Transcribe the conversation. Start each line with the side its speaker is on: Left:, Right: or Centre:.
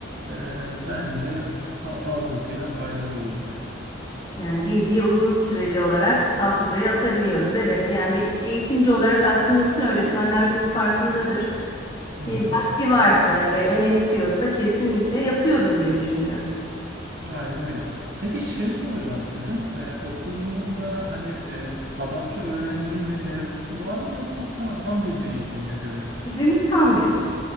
Right: e, bence fa- fazlasıyla faydalı olacak.
Left: Yani bilgiyi uzun süreli olarak hafızaya atabiliyoruz. Evet, yani bir eğitimci olarak aslında bütün öğretmenler bunun farkındadır.
Right: Hı
Left: E,
Right: hı,
Left: vakti varsa ve önemsiyorsa kesinlikle yapıyordur diye düşünüyorum.
Right: aynen öyle. Peki şey soracağım sizin e, okulunuzda hani e, sabahçı öğrenci me- mevzusu var mı yoksa ta- tam gün mü eğitim gö- görüyorsunuz?
Left: Bizim tam gün.